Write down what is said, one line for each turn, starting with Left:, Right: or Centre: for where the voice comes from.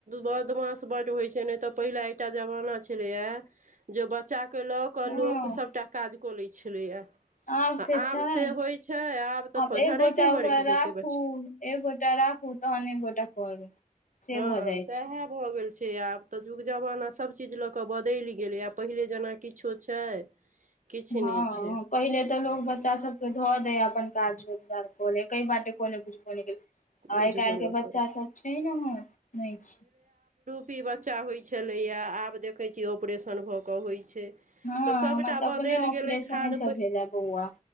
Right: बदमाश बड्ड होइ छै ने तऽ पहिला एकटा जमाना छलैएा जे बच्चा के लऽ कऽ
Left: हँ
Right: लोक सभटा काज कऽ लैत छलैया
Left: आब
Right: आ
Left: से छै
Right: होइ छै तऽ
Left: आब
Right: झरैके
Left: एक गोटा
Right: मरैक
Left: ओकरा
Right: जेतै
Left: राखू
Right: बच्चा
Left: एक गोटा राखू तहन एक गोटा करू से
Right: हँ
Left: भऽ जाइ
Right: सएह
Left: छै
Right: भऽ गेल छै से आब तऽ युग जमाना सभचीज लऽ कऽ बदलि गेलै आब पहिले जेना किछो छै किछु
Left: हँ
Right: नहि छै
Left: पहिले तऽ लोकोग बच्चा सबके धऽ दै आ अपन काज रोजगार क लइ कइ बाटे क लै बुझबो नै केल
Right: बुझबो
Left: आइ काल्हिके
Right: नहि
Left: बच्चासभ
Right: करै
Left: छै ओहन नहि छै
Right: पी बच्चा होय छले या आब देखे छी ऑपरेशन भ के होय छै
Left: हँ
Right: तऽ सबटा
Left: हमरा तऽ
Right: बदल
Left: अपने ऑपरेशने
Right: गेलै खाद
Left: से
Right: प
Left: भेले बौआ